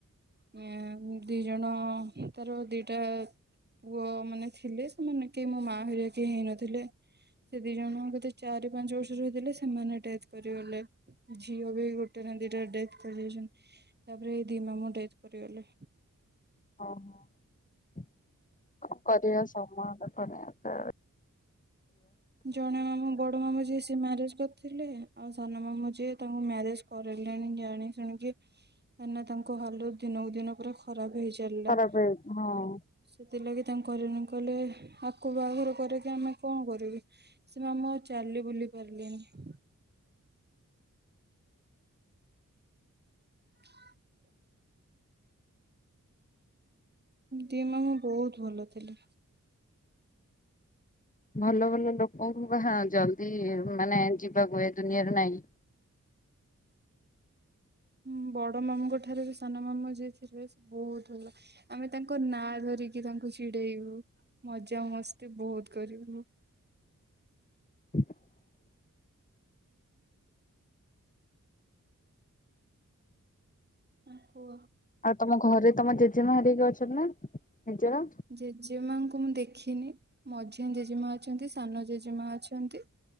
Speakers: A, on the right; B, on the left.
A: ନିଡି ଦ ଜଣ ତାର ଦିଟା ପୁଅ ମାନେ ଥିଲେ, ସେମାନେ କେହି ମୋ ମା ହେଲା ଯାଏଁ କେହି ହେଇନଥିଲେ। ସେ ଦି ଜଣ କେତେ ଚାରି ପାଞ୍ଚ ବର୍ଷରେ ହେଇଥିଲେ, ସେମାନେ ଡେଥ କରିଗଲେ। ଝିଅ ବି ଗୋଟେ ନା ଦିଟା ଡେଥ କରି ଯାଇଚନ୍ତି। ତାପରେ ଏଇ ଦି ମାମୁ ଡେଥ କରିଗଲେ।
B: ଅହ। କରିସ <unintelligible>
A: ଜଣେ ମାମୁ ବଡ ମାମୁ ଯିଏ ସେ ମ୍ୟାରେଜ କରିଥିଲେ। ଆଉ ସାନ ମାମଁ ଯିଏ ତାଙ୍କୁ ମ୍ୟାରେଜ କରଲେନି, ଜାଣି ଶୁଣିକି କାହିଁକିନା ତାଙ୍କ ହାଲତ ଦିନକୁ ଦିନ ପୁରା ଖରାପ ହେଇଚଲିଲା।
B: ଖରାପ ହେଇଛି ହଁ।
A: ସେଥିଲାଗି ତାଙ୍କ ହରିଣୀ କହଲେ। ଆକୁ ବାହାଘର କରେଇକି ଆମେ କଣ କରିବି? ସେ ମାମା ଆଉ ଚାଲି ବୁଲି ପାରିଲିନି। <unintelligible> ଦି ମାମା ବହୁତ ଭଲ ଥିଲା।
B: ଭଲ ଭଲ ଲୋକଙ୍କୁ ବାହା ଜଲଦି ମାନେ ଯିବାକୁ ହଏ ଏ ଦୁନିଆରୁ ନାଇଁ।
A: ହଁ ବଡ ମାମୁଙ୍କ ଠାରୁ ବି ସାନ ମାମୁଁ ଯିଏ ଥିଲେ ସେ ବହୁତ ଭଲ। ଆମେ ତାଙ୍କ ନାଁ ଧରିକି ତାଙ୍କୁ ଚିଡେଇବୁ। ମଜା ମସ୍ତି ବହୁତ। କରିବ।
B: <unintelligible>
A: ଓହୋ।
B: ଆଉ ତମ ଘରେ ତମ ଜେଜେମା ହରିକା ଅଛନ୍ତି ନା? ନିଜର?
A: ଜେଜେ ମାଙ୍କୁ ମୁଁ ଦେଖିନି। ମଝିଆ ଜେଜେମା ଅଛନ୍ତି। ସାନ ଜେଜେମା ଅଛନ୍ତି।